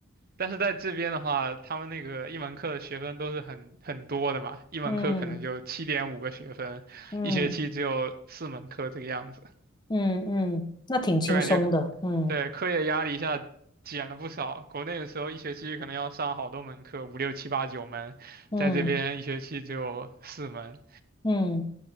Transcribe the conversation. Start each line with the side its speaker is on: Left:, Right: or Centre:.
Right: 但是在这边的话，他们那个一门课的学分都是很很多的嘛，一门课可能就七点五个学分，
Left: 嗯嗯
Right: 一学期只有四门课这个样子，
Left: 嗯嗯，那挺轻松的。
Right: 就感觉
Left: 嗯
Right: 对课业压力一下减了不少。国内的时候一学期可能要上好多门课，五六七八九门，
Left: 嗯
Right: 在这边一学期只有四门。
Left: 嗯，